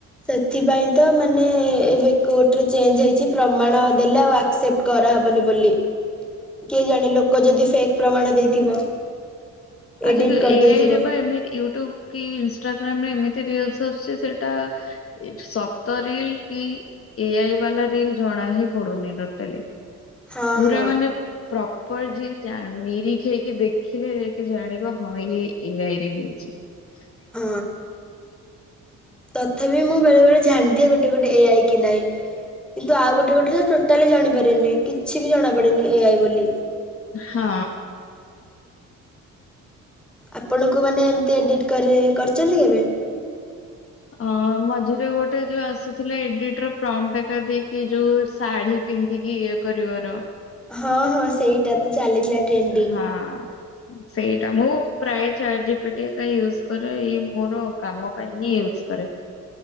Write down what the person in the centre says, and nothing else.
ସେଥିପାଇଁ ତ ମାନେ ଏବେ କୋର୍ଟରେ ଚେଞ୍ଜ ହେଇଛି, ପ୍ରମାଣ ଦେଲେ ଆଉ ଆକ୍ସେପ୍ଟ ବି କିଏ ଜାଣେ ଲୋକ ଯଦି ଫ ପ୍ରମାଣ ଦେଇଥିବ। ଏଡିଟ୍
କରିଦେଇଥିବ।
ହଁ
ହଁ
ହଁ ତଥାପି ମୁଁ ବେଳେବେଳେ ଝାନଦିଏ ଗୋଟେ ଗୋଟେ ଏ ଆଇ କି ନାଇଁ। କିନ୍ତୁ ଆଉ ଗୋଟେ ଗୋଟେ ରେ ଟୋଟାଲି ଜାଣିପାରନି କି କିଛି ବି ଜଣାପଡେନି ଏ ଆଇ ବୋଲି।
ଆପଣଙ୍କୁ ମାନେ ଏମତି ଏଡିଟ୍ କରି କରିଚନ୍ତି କେବେ?
ହଁ ହଁ ସେଇଟାତ ଚାଲିଥିଲା ଟ୍ରେଡିଙ୍ଗ।